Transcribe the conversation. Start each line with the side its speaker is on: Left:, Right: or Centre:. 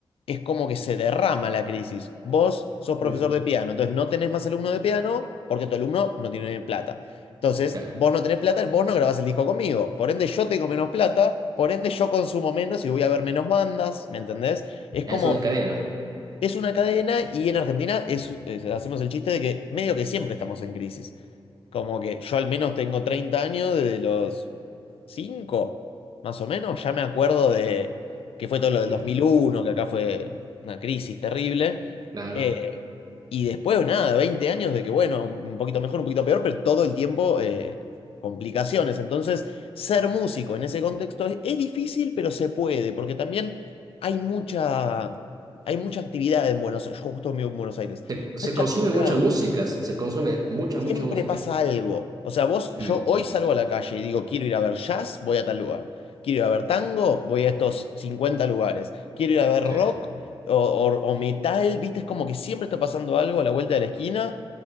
Left: es como que se derrama la crisis. Vos sos profesor
Right: Ujú.
Left: de piano, entonces no tenés más alumno de piano porque tu alumno no tiene plata. Entonces,
Right: claro.
Left: vos no tenés plata, vos no grabás el disco conmigo. Por ende, yo tengo menos plata, por ende, yo consumo menos y voy a ver menos bandas, ¿me entendés? Es
Right: Es
Left: como
Right: una cadena.
Left: es una cadena y en Argentina es, es- hacemos el chiste de que medio que siempre estamos en crisis. Como que yo al menos tengo 30 años, desde los 5 más o menos, ya me acuerdo de que fue todo lo del
Right: Ujú.
Left: dos mil uno que acá fue una crisis terrible.
Right: Claro.
Left: Eh, y después, nada, 20 años de que, bueno, un poquito mejor, un poquito peor, pero todo el tiempo eh, complicaciones. Entonces, ser músico en ese contexto es, es difícil, pero se puede, porque también hay mucha, hay mucha actividad en Buenos Aires. Yo justo vivo en Buenos Aires.
Right: Se, se
Left: Mucha
Right: consume
Left: actividad
Right: mucha música, se se consume mucha,
Left: Siempre
Right: mucha música.
Left: pasa algo. O sea, vos,
Right: Mm.
Left: yo hoy salgo a la calle y digo, quiero ir a ver jazz, voy a tal lugar. Quiero ir a ver tango, voy a estos 50 lugares. Quiero ir a ver
Right: Sí.
Left: rock o, o- o metal, ¿viste? Es como que siempre está pasando algo a la vuelta de la esquina.